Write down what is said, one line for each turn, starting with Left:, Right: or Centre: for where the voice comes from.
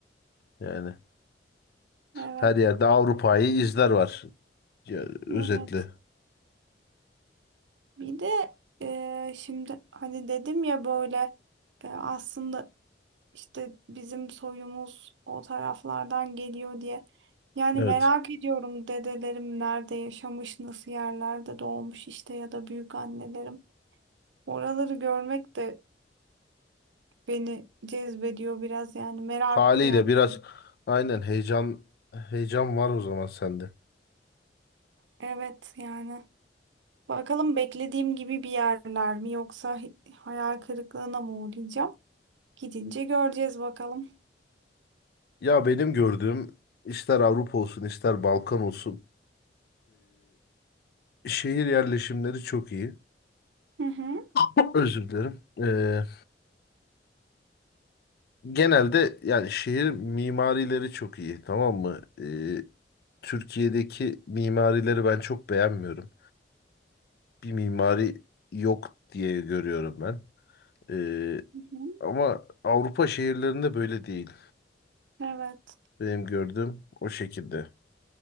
Left: Yani
Right: Evet.
Left: her yerde Avrupa'yı izler var. Ya, özetle.
Right: Evet. Bir de e, şimdi hani dedim ya böyle e, aslında işte bizim soyumuz o taraflardan geliyor diye. Yani
Left: Evet.
Right: merak ediyorum dedelerim nerede yaşamış, nasıl yerlerde doğmuş işte ya da büyük annelerim. Oraları görmek de beni cezbediyor biraz yani merak
Left: Haliyle
Right: uyan.
Left: biraz aynen heyecan heyecan var o zaman sende.
Right: Evet yani. Bakalım beklediğim gibi bir yerler mi yoksa hi- hayal kırıklığına mı uğrayacağım? Gidince göreceğiz bakalım.
Left: Ya benim gördüğüm ister Avrupa olsun ister Balkan olsun. Şehir yerleşimleri çok iyi.
Right: Hı hı.
Left: <laughs> Özür dilerim. Ee, genelde yani şehir mimarileri çok iyi, tamam mı? Ee, Türkiye'deki mimarileri ben çok beğenmiyorum. Bir mimari yok diye görüyorum ben. Ee,
Right: Hı hı.
Left: ama Avrupa şehirlerinde böyle değil.
Right: Evet.
Left: Benim gördüğüm o şekilde.